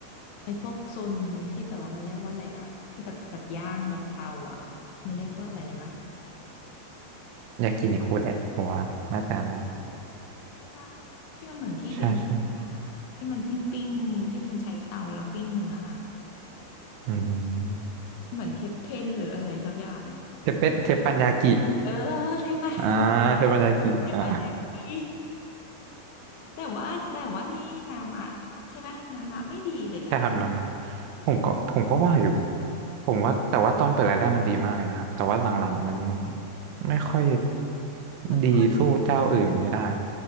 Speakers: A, on the left (about 85°); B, on the right (about 85°).
A: ไอ้พวกโซนที่แบบว่ามันเรียกว่าอะไรนะที่แบบแบบย่างแบบเตาอ่ะมันเรียกว่าอะไรแล้วนะ
B: ยากินิคุแหละผมว่าน่าจะอันนั้น
A: ใช่ปะที่มันเหมือนที่เบนซ์มา
B: ใช่ใช่
A: ที่มันปิ้งปิ้งที่มันใช้เตาแล้วปิ้งเนื้ออะ
B: อืม
A: เหมือนเทปเพนหรืออะไรสักอย่าง
B: เทปเปเทปปัญญากิ
A: เออเทปะ
B: อ่าเทปปัญญากิอ่า
A: เทปะยากิแต่ว่าแต่ว่าที่นามะใช่ไหมนามะไม่ดีเลยอ่ะ
B: <laughs> ใช่ครับนำมาผมก็ผมก็ว่าอยู่ผมว่าแต่ว่าตอนเปิดแรกๆมันดีมากเลยนะครับแต่ว่าหลังๆมันนี้มันไม่ค่อย
A: เหมือนไม่ค่อยมีคนไทย
B: ดีสู้เจ้าอื่นไม่ได้